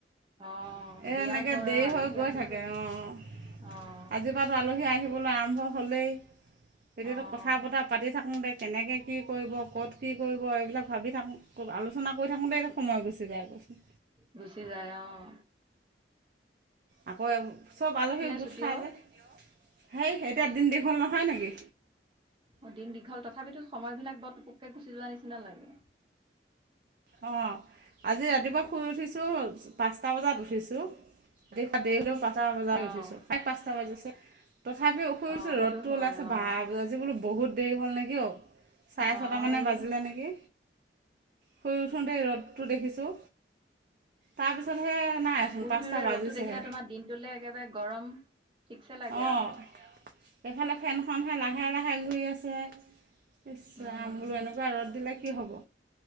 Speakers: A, on the right; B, on the right.
A: অঁ
B: এই
A: বিয়া
B: এনেকৈ
A: ঘৰ আৰু
B: দেৰি
A: আলহী
B: হৈ গৈ
A: আহিবই।
B: থাকে অঁ
A: অ',
B: আজিৰ পৰাটো আলহী আহিবলৈ আৰম্ভ হ'লেই। এতিয়াতো
A: অ',
B: কথা বতৰা পাতি থাকো দে কেনেকে কি কৰিব ক'ত। কি কৰিব এইবিলাক ভাবি থাকোঁ আলোচনা কৰি থাকোঁ দেই সময় গুচি যায় কৈছোঁ।
A: গুচি যায় অঁ।
B: আকৌ চব আলহী গোট
A: ছুটি
B: খাই
A: অ'?
B: যে। সেই এতিয়া দিন দীঘল নহয় নেকি।
A: মই দিন দীঘল তথাপিতো সময় বিলাক বৰ পুকে গুচি যোৱাৰ নিচিনা লাগে।
B: অঁ আজি ৰাতিপুৱা শুই উঠিছোঁ পাঁচটা বজাত। দিছোঁ অপত দিলোঁ পা পাঁচটা বজাত
A: অ',
B: উঠিছো প্ৰায় পাঁচটা বাজিছে, তথাপি শুই উঠিছোঁ
A: অ', সেইটো
B: ৰদ টো
A: হয়
B: ওলাইছো
A: অ',
B: বা আজি বোলো বহুত দেৰি হ'ল নেকি অ। চাৰে
A: নাই
B: ছটামানে বাজিলে নেকি শুই উঠোঁতে ৰ'দটো দেখিছোঁ, তাৰপিছতহে নাইচোন
A: শুই
B: পাঁচটা
A: ধুইে
B: বাজিছেহে
A: ৰ'দতটো দেখিলে তোমাৰ দিনটোলৈ একেবাৰে গৰম ঠিকছে লাগে
B: অঁ
A: আৰু
B: এইফালে ফেনখনহে লাহে লাহে ঘূৰি আছে। ইছ
A: উম,
B: ৰাম, বুলো এনেকুৱা ৰদ দিলে কি হ'ব।